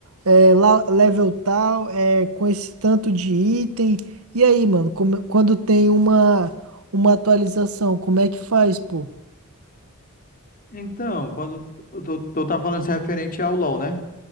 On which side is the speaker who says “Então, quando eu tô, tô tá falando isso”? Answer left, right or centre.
Left